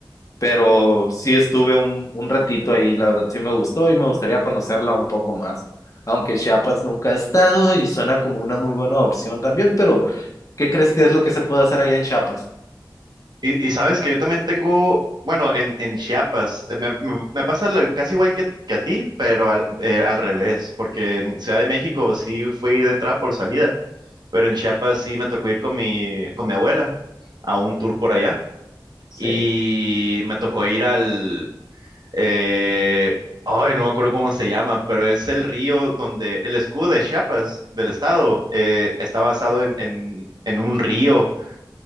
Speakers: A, on the left (about 45°); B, on the right (about 65°).
A: pero sí estuve un, un ratito ahí, la verdad sí me gustó y me gustaría conocerla un poco más. Aunque Chiapas nunca he estado y suena como una muy buena opción también, pero ¿qué crees que es lo que se puede hacer allá en Chiapas?
B: Y, y sabes que yo también tengo, bueno, en, en Chiapas, eh, me, me- me pasa lo- casi igual que, que a ti, pero al, eh, al revés, porque en Ciudad de México sí fui de entrada por salida, pero en Chiapas sí me tocó ir con mi, con mi abuela a un tour por allá
A: Sí,
B: y me tocó ir al, eh, ay, no me acuerdo cómo se llama, pero es el río donde el escudo de Chiapas, del estado, eh, está basado en, en en un río